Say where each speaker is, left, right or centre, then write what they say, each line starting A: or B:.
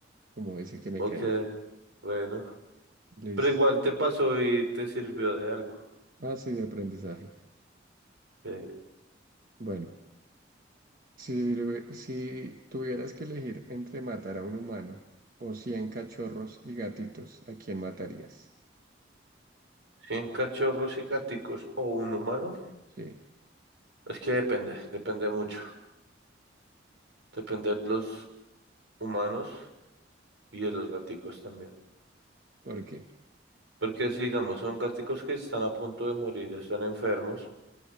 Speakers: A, on the right; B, on the right.
A: como ese que me
B: Ok,
A: caí.
B: bueno.
A: Listo.
B: Pero igual te pasó y te sirvió de algo.
A: Ah, sí, de aprendizaje.
B: Eh,
A: Bueno. Si, lo- hubie- si tuvieras que elegir entre matar a un humano o 100 cachorros y gatitos, ¿a quién matarías?
B: 100 cachorros y gaticos o un humano.
A: Sí,
B: Es que depende, depende mucho. Depende de los humanos y de los gaticos también.
A: ¿por qué?
B: Porque si, digamos, son gaticos que están a punto de morir, están enfermos,